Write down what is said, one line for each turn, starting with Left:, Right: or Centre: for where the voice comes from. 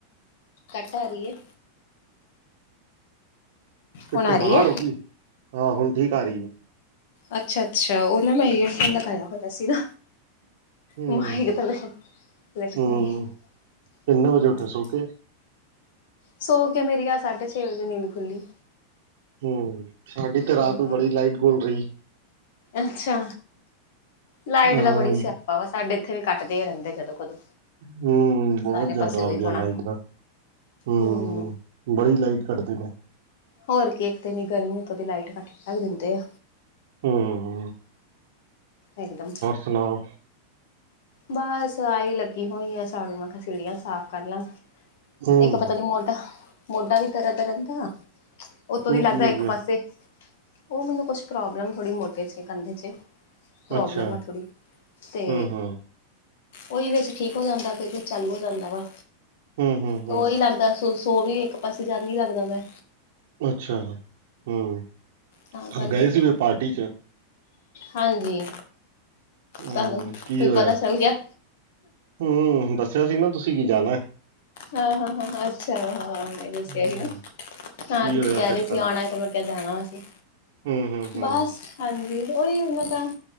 Left: ਘਟ ਆ ਰੀ ਏ।
Right: ਕਿੱਥੇ
Left: ਹੁਣ ਆ ਰਹੀ
Right: ਬਾਹਰ
Left: ਹੈ
Right: ੳ ਕੀ? ਹਾਂ, ਹੁਣ ਠੀਕ ਆ ਰਈ ਏ।
Left: ਅੱਛਾ-ਅੱਛਾ, ੳਹ ਨਾ ਮੈਂ ਈਅਰਫੋਨ ਲਗਾਏਆ ਹੋਏਆ ਸੀ ਨਾ।
Right: ਹਮ
Left: ਮਾਇਕ ਤੇ ਲਟਕ, ਲਟਕੇ
Right: ਹਮ
Left: ਈ ਹੂੰ
Right: ਕਿੰਨੇ ਵਜੇ ਉੱਠੇ ਸੋ ਕੇ
Left: ਸੋ ਕੇ ਮੇਰੀ ਅੱਜ ਸਾਢੇ ਛੇ ਵਜੇ ਨੀਂਦ ਖੁੱਲੀ।
Right: ਹੂੰ, ਸਾਡੀ ਤੇ ਰਾਤ
Left: ਹਾਂ
Right: ਨੂੰ ਬੜੀ ਲਾਈਟ ਗੁਲ ਰਈ।
Left: ਅੱਛਾ। ਲਾਈਟ
Right: ਹਮ
Left: ਦਾ ਬੜੀ ਸੀਆਪਾ ਵਾਵਾ, ਸਾਡੇ ਏਥੇ ਵੀ ਕੱਟਦੇ ਈ ਰੈਂਦੇ ਜਦੋਂ ਕਦੋਂ।
Right: ਹੂੰ, ਬੋਤ
Left: ਸਾਰੇ
Right: ਜਾਦਾ
Left: ਪਾਸੇ ਉਹੀ
Right: ਹੋ ਗਿਆ
Left: ਹੋਣਾ
Right: ਲਾਈਟ ਦਾ ਹੂੰ।
Left: ਹਮ
Right: ਬੜੀ ਲਾਈਟ ਕਟਦੇ ਨੇ।
Left: ਹੋਰ ਕੀ। ਇੱਕ ਤੇ ਏਨੀ ਗਰਮੀ ਉਤੋਂ ਦੀ ਲਾਈਟ ਕਟ ਕੇ ਰਖ ਦਿੰਦੇ ਆ।
Right: ਹੂੰ।
Left: ਇੱਕਦਮ
Right: ਸੁਣਾਓ
Left: ਬਸ ਆਹੀ ਲੱਗੀ ਹੋਈ ਆ ਝਾੜੂ ਮੈਂ ਕੇਆ ਸੀਢੀ਼ਆਂ ਸਾਫ਼ ਕਰ ਲਾਂ।
Right: ਹਮ
Left: ਇੱਕ ਪਤਾ ਨੀ ਮੋਢਾ, ਮੋਢਾ ਵੀ ਦਰਦ ਰੈਂਦਾ। ਓਤੋਂ
Right: ਕਿਉਂ
Left: ਦੀ ਲੱਗਦਾ,
Right: ਕੀ ਹੋ
Left: ਇੱਕ
Right: ਗਿਆ
Left: ਪਾਸੇ ੳਹ ਮੈਨੂੰ ਕੁਛ ਪ੍ਰੋਬਲਮ ਥੋੜੀ ਮੋਟੀ ਸੀ ਕੰਧੇ ਚ ਪ੍ਰੋਬਲਮ
Right: ਅੱਛਾ
Left: ਆ ਥੋੜੀ ਤੇ
Right: ਹਮ ਹਮ
Left: ੳਈ ਵਿਚ ਠੀਕ ਹੋ ਜਾਂਦਾ ਤੇ ਫੇਰ ਚਾਲੂ ਹੋ ਜਾਂਦਾ ਵਾ,
Right: ਹਮ ਹਮ
Left: ਤੋ
Right: ਹਮ
Left: ੳਈ ਲੱਗਦਾ ਤੋ ਸੋ ਵੀ ਇੱਕ ਪਾਸੇ ਜਾਂਦੀ ਲੱਗਦਾ ਮੈਂ
Right: ਅੱਛਾ ਹੂੰ,
Left: ਤਾਂ
Right: ਕਲ
Left: ਕਰਕੇ
Right: ਗਏ
Left: ਫਿਰ
Right: ਸੀ ਫੇਰ ਪਾਰਟੀ ਚ।
Left: ਹਾਂਜੀ,
Right: ਹੂੰ,
Left: ਤਾਨੂੰ
Right: ਕੀ ਹੋਇਆ?
Left: ਪਤਾ ਚੱਲ ਗਿਆ।
Right: ਹੂੰ, ਦੱਸੇਆ ਸੀ ਨਾ ਤੁਸੀ, ਕੀ ਜਾਨਾ ਏ।
Left: ਹਾਂ-ਹਾਂ-ਹਾਂ-ਹਾਂ, ਅੱਛਾ ਹਾਂ ਮੈਂ ਦੱਸੇਆ
Right: ਹੂੰ,
Left: ਸੀ ਨਾ, ਹਾਂ
Right: ਕੀ
Left: ਤੁਸੀ
Right: ਹੋਇਆ
Left: ਕੈ
Right: ਫਿਰ
Left: ਰਏ
Right: ਕੱਲ?
Left: ਸੀ ਆਨਾ ਏ ਤੇ ਫੇਰ ਜਾਨਾ ਸੀ
Right: ਹੂੰ, ਹੂੰ, ਹੂੰ,
Left: ਬਸ ਹਾਂਜੀ, ੳਈ ੳਨਾਂ ਦਾ